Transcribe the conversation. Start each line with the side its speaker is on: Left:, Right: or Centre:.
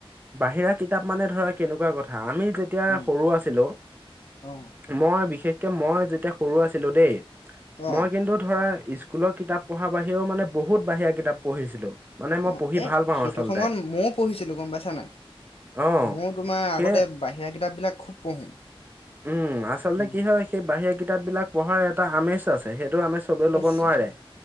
Right: বাহিৰা কিতাপ মানে ধৰা কেনেকুৱা কথা আমি যে যেতিয়া
Left: উম,
Right: সৰু আছিলো
Left: অ',
Right: মই বিশেষকে মই যেতিয়া সৰু আছিলো দেই
Left: অ',
Right: মই কিন্তু ধৰা স্কুলৰ কিতাপ পঢ়াৰ বাহিৰেও মানে বহুত বাহিৰা কিতাপ পঢ়িছিলো মানে মই
Left: অঁ
Right: পঢ়ি
Left: এই
Right: ভাল পাওঁ
Left: সেইটো
Right: আচলতে
Left: সময়ত ময়ো পঢ়িছিলোঁ গম পাইছা নাই
Right: অ
Left: ময়ো তোমাৰ
Right: সেই
Left: আগতে বাহিৰা কিতাপবিলাক খুব পঢ়োঁ
Right: উম আচলতে
Left: উম
Right: কি হয় সেই বাহিৰা কিতাপ বিলাক পঢ়াৰ এটা আমেজ আছে সেইটো আমেজ চবে ল'ব
Left: আছে
Right: নোৱাৰে
Left: হয়